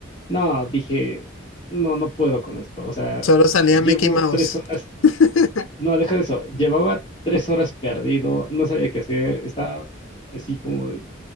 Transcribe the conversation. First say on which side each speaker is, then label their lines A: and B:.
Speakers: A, on the left; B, on the left.
A: No, dije, no, no puedo con esto. O sea,
B: Solo salía
A: llevo
B: Mickey Mouse.
A: tres horas.
B: <laughs>
A: No, deja de eso. Llevaba tres horas perdido, no sabía qué hacer, estaba así como de-